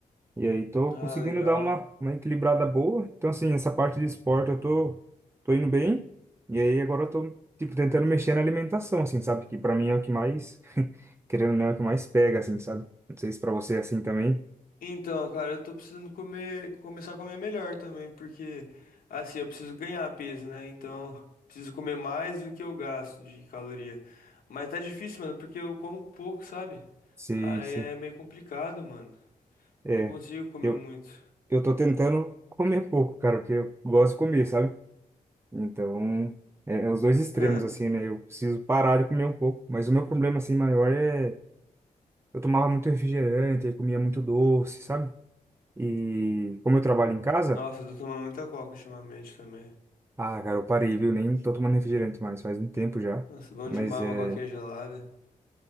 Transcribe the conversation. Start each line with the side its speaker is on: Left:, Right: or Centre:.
Right: E aí tô
Left: Ah,
Right: conseguindo
Left: legal.
Right: dar uma, uma equilibrada boa. Então, assim, essa parte de esporte eu tô, tô indo bem. E aí agora eu tô, tipo, tentando mexer na alimentação, assim, sabe? Que pra mim é o que mais, <laughs> querendo ou não, é o que mais pega, assim, sabe? Não sei se pra você é assim também.
Left: Então, cara, eu tô precisando comer, começar a comer melhor também, porque assim, eu preciso ganhar peso, né? Então, preciso comer mais do que eu gasto de caloria. Mas tá difícil, mano, porque eu como pouco, sabe?
Right: sim
Left: Aí
Right: sim
Left: é meio complicado, mano.
Right: é.
Left: Não consigo comer
Right: Eu,
Left: muito.
Right: eu tô tentando comer pouco, cara, porque eu gosto de comer, sabe? Então, é, é os dois extremos,
Left: <laughs>
Right: assim, né? Eu preciso parar de comer um pouco. Mas o meu problema, assim, maior é... Eu tomava muito refrigerante, aí comia muito doce, sabe? E como eu trabalho em casa,
Left: Nossa, eu tô tomando muita coca ultimamente também.
Right: ah, cara, eu parei, viu? Nem tô tomando refrigerante mais, faz um tempo já.
Left: Nossa, bom demais
Right: Mas é,
Left: uma coquinha gelada.